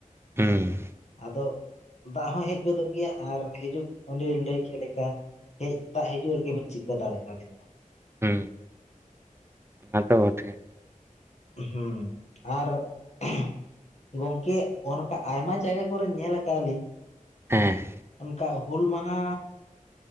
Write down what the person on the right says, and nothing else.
ᱦᱩ ᱾
ᱦᱩ ᱛᱟ ᱛᱚ ᱵᱚᱴᱷᱮ ᱾
ᱦᱮᱸ ᱾